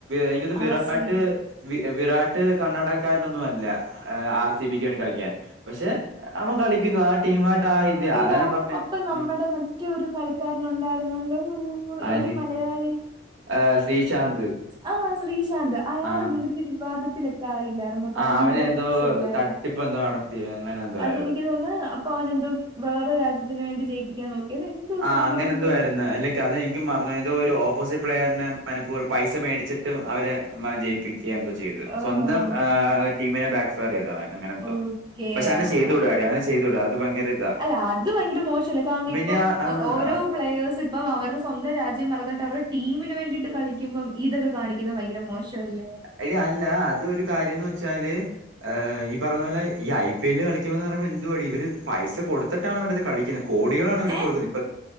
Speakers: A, on the right (about 85°); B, on the right (about 25°).
A: എനിക്കൊന്ന് വിറാട്ട്
B: R C B
A: Virat കർണാടകക്കാരനൊന്നും അല്ല. ആർ സി ബിക്ക് വേണ്ടി കളിക്കാൻ. പക്ഷെ അവൻ കളിക്കുന്നു ആ ടീം ആയിട്ട് ആ ഇത്
B: എടാ
A: അതാ ഞാൻ പറഞ്ഞേ
B: അപ്പൊ നമ്മുടെ
A: ഉം.
B: മറ്റൊരു കളിക്കാരൻ ഉണ്ടായിരുന്നല്ലോ
A: ആര്
B: ഒരു മലയാളി
A: ഏഹ് ശ്രീശാന്ത്
B: ആ ശ്രീശാന്ത് അയാള്
A: ആ
B: നി വിവാദത്തിലൊക്കെ ആയില്ല പണ്ട്
A: ആ അവന്
B: ഭയങ്കര
A: ഏതോ
B: ഇഷ്യൂ അല്ലായിരുന്നോ
A: തട്ടിപ്പ് എന്തോ നടത്തി അങ്ങനെ എന്തോ
B: അതെനിക്ക്
A: ആയതാ
B: തോന്ന് അവനെന്തോ വേറെ രാജ്യത്തിന് വേണ്ടി ജയിപ്പിക്കാൻ നോക്കിയത് അത് എന്തുവാ
A: ആ
B: സംഭവം
A: അങ്ങനെ
B: എന്തുവാ
A: എന്തോ ആയിരുന്നു അല്ലെങ്കി അത് എനിക്കും മറന്ന് അത് ഒരു ഓപ്പോസിറ്റ് പ്ലെയറിനെ മനപൂർവ്വ പൈസ മേടിച്ചിട്ടും അവരെ ജയിപ്പിക് ന്തോ ചെയ്ത്
B: ആഹ്
A: സ്വന്തം ആഹ് ടീമിനെ ബാക്ക്ഫയർ ചെയ്ത് അവൻ അങ്ങനെന്തോ
B: ഓക്കെ
A: പക്ഷെ അങ്ങനെ
B: ആഹ്
A: ചെയ്തുടാടി അങ്ങനെ ചെയ്തൂടാ അത് ഭയങ്കര ഇതാ
B: അല്ല അത് ഭയങ്കര മോശല്ലേ കാരണം
A: പിന്നെ
B: ഇപ്പം
A: ആ ആ,
B: ഓരോ പ്ലേഴ്സ് ഇപ്പം അവരുടെ സ്വന്ത രാജ്യം മറന്നിട്ട് അവരുടെ ടീമിന് വേണ്ടിയിട്ട് കളിക്കുമ്പം ഇതൊക്കെ കാണിക്കുന്ന ഭയങ്കര മോശല്ലേ
A: അയ് അല്ല അതൊരു കാര്യം എന്താന്ന് വെച്ചാല് ഏഹ് ഈ പറയിന്ന പോലെ ഈ ഐ പി എല്ല് കളിക്കുമെന്ന് പറയുന്ന എന്തുവാടി ഇവര് പൈസ കൊടുത്തിട്ടാണ് അവരത് കളിക്കുന്നത് കോടികളാണ്
B: ഏ
A: ഇവര്ക്ക് കൊടുക്കുന്നത് ഇപ്പൊ